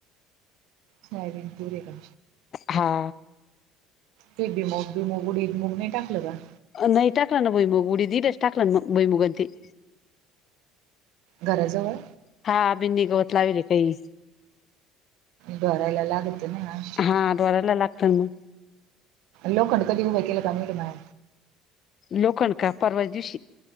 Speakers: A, on the right; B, on the left.
A: सोयबिन पूर का
B: हा.
A: ते बिमग डी मुग नाही टाकलं का?
B: नाही टाका ना भुईमुग उडीदच टाकलं ना मग भुईमुग आणि ती.
A: घराजवळ
B: हा बिंदी गवत लावेले काही.
A: भरलला लागते ना आज
B: हा डोरायला लागत मग.
A: लोखंड कधी उभ केला मीड मय.
B: लोखंड का परवा दिवशी